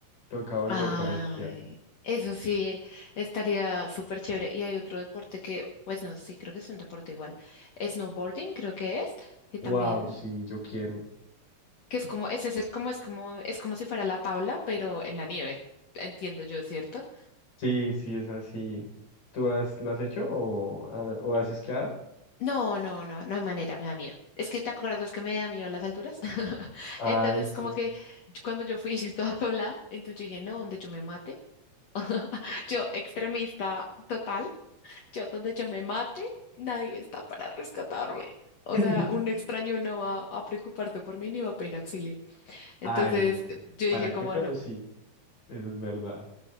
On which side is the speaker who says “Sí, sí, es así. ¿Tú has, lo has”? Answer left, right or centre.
Left